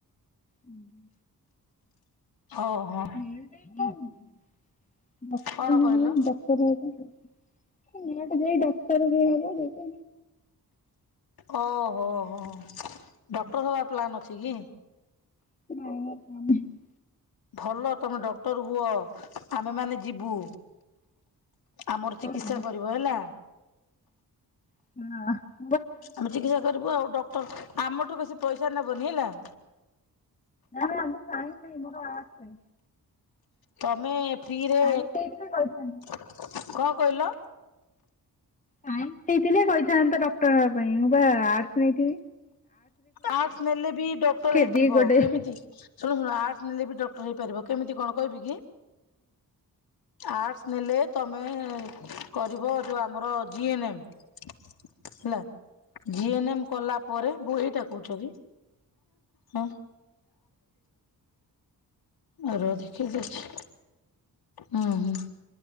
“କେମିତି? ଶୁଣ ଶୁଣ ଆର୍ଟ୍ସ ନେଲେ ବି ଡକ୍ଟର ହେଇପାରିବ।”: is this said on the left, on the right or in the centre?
Left